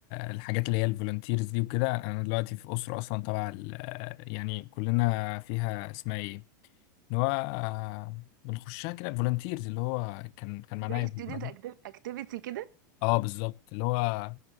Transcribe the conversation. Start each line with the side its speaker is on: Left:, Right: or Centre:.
Left: الحاجات اللي هي الفولunteers دي وكده انا دلوقتي في اسره اصلا طبعا ال- يعني كلنا فيها اسمها ايه اللي هو آه، بنخشها كده فولunteers اللي هو كان كان معناها
Right: <laughs> زي
Left: ايه
Right: ستودنت
Left: بالعربي؟
Right: اكتيفيتي كده
Left: اه بالظبط اللي هو